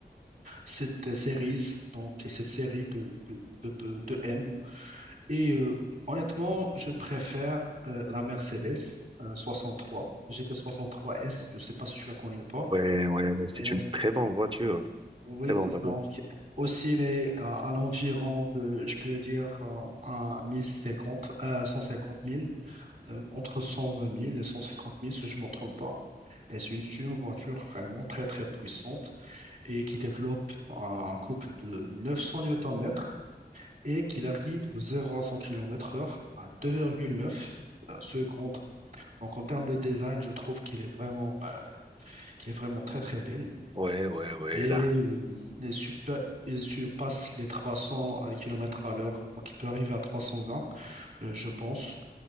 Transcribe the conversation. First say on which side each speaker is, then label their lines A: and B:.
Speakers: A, on the right; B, on the right.
A: cette série, donc cette série de, de, de, de M. Et euh, honnêtement, je préfère euh, la Mercedes euh, 63, soixante-trois s Je ne sais pas si tu la connais ou pas.
B: Ouais, ouais, ouais, c'est
A: Et,
B: une très bonne voiture.
A: oui,
B: Très bonne voiture.
A: donc aussi les, à, à l'environ de, je peux dire, euh, à 1050, euh, 150 000. euh, entre 120 000 et 150 000, si je ne me trompe pas. Et c'est une, c'est une voiture vraiment très, très puissante et qui développe un couple de 900 newtons-mètres et qu'il arrive de 0 à 100 km/h à 2,9 secondes. Donc, en termes de design, je trouve qu'il est vraiment, euh, qu'il est vraiment très, très belle.
B: Ouais, ouais, ouais,
A: Et
B: là.
A: euh, il surpa- il surpasse les 300 km à l'heure. Donc, il peut arriver à 320, euh, je pense.